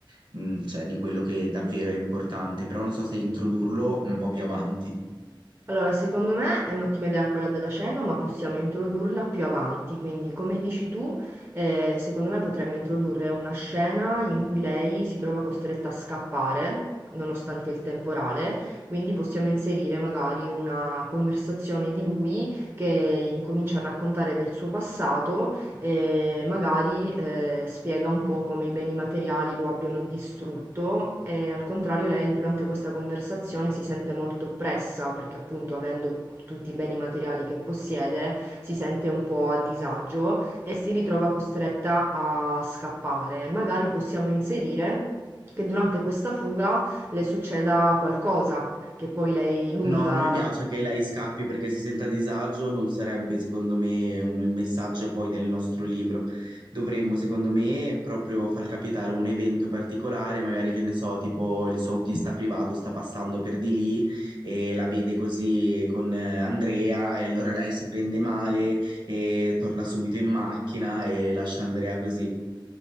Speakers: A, on the right; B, on the right.
A: mh, cioè di quello che davvero è importante, però non so se introdurlo un po' più avanti.
B: Allora, secondo me è un'ottima idea quella della cena, ma possiamo introdurla più avanti. Quindi, come dici tu, eh, secondo me potremmo introdurre una scena in cui lei si trova costretta a scappare, nonostante il temporale. Quindi possiamo inserire magari una conversazione di lui che incomincia a raccontare del suo passato e magari eh, spiega un po' come i beni materiali lo abbiano distrutto e al contrario lei durante questa conversazione si sente molto oppressa perché appunto avendo tutti i beni materiali che possiede si sente un po' a disagio e si ritrova costretta a scappare. Magari possiamo inserire che durante questa fuga le succeda qualcosa che poi lei, lui
A: No,
B: la,
A: non mi piace che lei scappi perché si senta a disagio, non sarebbe secondo me un- il messaggio poi del nostro libro. Dovremmo, secondo me, proprio far capitare un evento particolare, magari che ne so, tipo il suo autista privato sta passando per di lì e la vede così con eh, Andrea e allora lei si prende male e torna subito in macchina e lascia Andrea così.